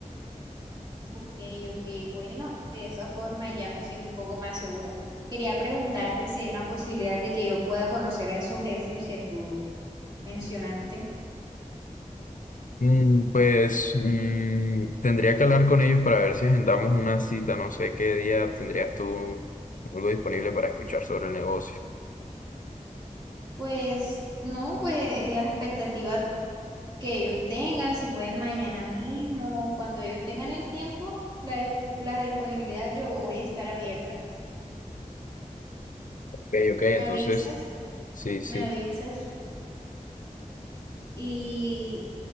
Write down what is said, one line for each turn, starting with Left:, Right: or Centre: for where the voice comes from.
Right: Ok, ok, bueno, de esa forma ya me siento un poco más segura. Quería preguntarte si hay una posibilidad de que yo pueda conocer a esos jefes que tú mencionaste.
Left: Mm, Pues mm, tendría que hablar con ellos para ver si agendamos una cita. No sé qué día tendrías tú algo disponible para escuchar sobre el negocio.
Right: Pues no, pues eh, a la expectativa que ellos tengan, si pueden mañana mismo, cuando ellos tengan el tiempo, la, dis- la disponibilidad, yo voy a estar abierta.
Left: Ok, ok, entonces,
Right: Me avisas,
Left: sí, sí.
Right: me avisas y,